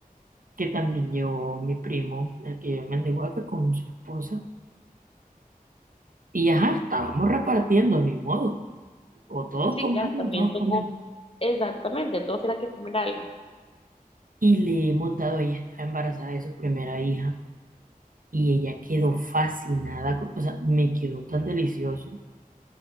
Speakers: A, on the right; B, on the left.
A: que también llevó mi primo, el que vive en Mendihuaca, con su esposa. Y ajá, estábamos repartiendo, ni modo. O todos
B: Sí,
A: comemos,
B: claro, también
A: o todos
B: tocó.
A: comemos.
B: Exactamente, todos eran que comer algo.
A: Y le hemos dado, ella estaba embarazada de su primera hija y ella quedó fascinada, con- o sea, me quedó tan delicioso.